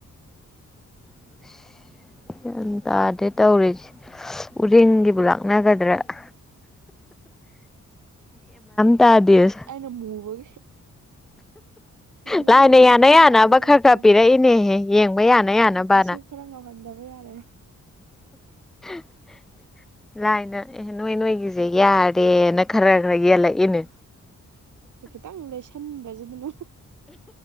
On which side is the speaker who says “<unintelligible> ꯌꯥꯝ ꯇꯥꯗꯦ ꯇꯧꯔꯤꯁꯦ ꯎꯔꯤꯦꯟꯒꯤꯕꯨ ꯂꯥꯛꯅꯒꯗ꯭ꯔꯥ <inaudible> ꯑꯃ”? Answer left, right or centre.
Centre